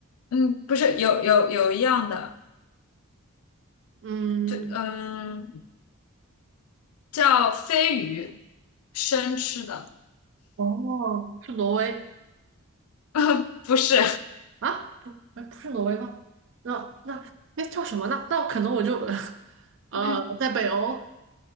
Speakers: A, on the left; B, on the right.
A: 嗯，不是，有有有一样的，
B: 嗯，
A: 这嗯。叫飞鱼，生吃的，
B: 哦，是挪威
A: <laughs> 不是，
B: 啊？不，哎，不是挪威吗？那那哎叫什么呢？那可能我就 <laughs> 呃，
A: <laughs>
B: 在北欧，